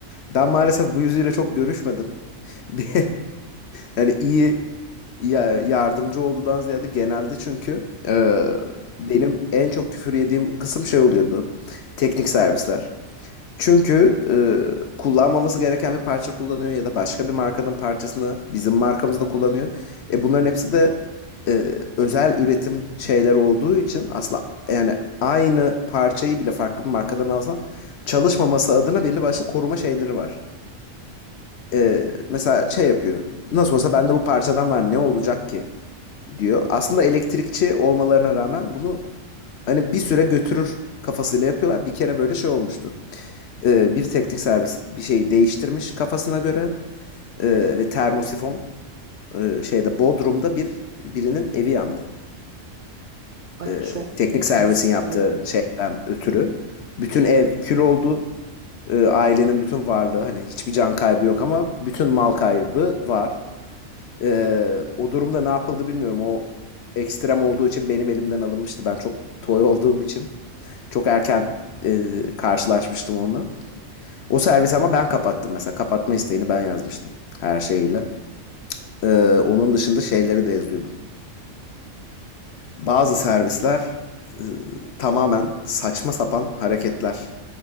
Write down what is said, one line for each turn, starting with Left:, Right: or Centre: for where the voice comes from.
Left: Ben maalesef bu yüzüyle çok görüşmedim. <laughs> Hani iyi ya- yardımcı olduğundan ziyade genelde çünkü e, benim en çok küfür yediğim kısım şey oluyordu. Teknik servisler. Çünkü e, kullanmaması gereken bir parça kullanıyor ya da başka bir markanın parçasını bizim markamızda kullanıyor. E, bunların hepsi de e, özel üretim şeyler olduğu için aslında yani aynı parçayı bile farklı bir markadan alsan çalışmaması adına belli başlı koruma şeyleri var e, mesela şey yapıyor. Nasıl olsa bende bu parçadan var ne olacak ki diyor. Aslında elektrikçi olmalarına rağmen bunu hani bir süre götürür kafasıyla yapıyorlar. Bir kere böyle şey olmuştu. E, bir teknik servis bir şeyi değiştirmiş kafasına göre E, ve termosifon e, şeyde Bodrum'da bir birinin evi yandı.
Right: Ay
Left: E,
Right: çok
Left: teknik servisin
Right: riskli.
Left: yaptığı şeyden ötürü. Bütün ev kül oldu. E, ailenin bütün varlığı hani hiçbir can kaybı yok ama bütün mal kaybı var. Eee, o durumda ne yapıldı bilmiyorum. O ekstrem olduğu için benim elimden alınmıştı. Ben çok toy olduğum için çok erken eee, karşılaşmıştım onunla. O servisi ama ben kapattım mesela. Kapatma isteğini ben yazmıştım her şeyiyle. Eee, onun dışında şeyleri de yazıyordum. Bazı servisler eee, tamamen saçma sapan hareketler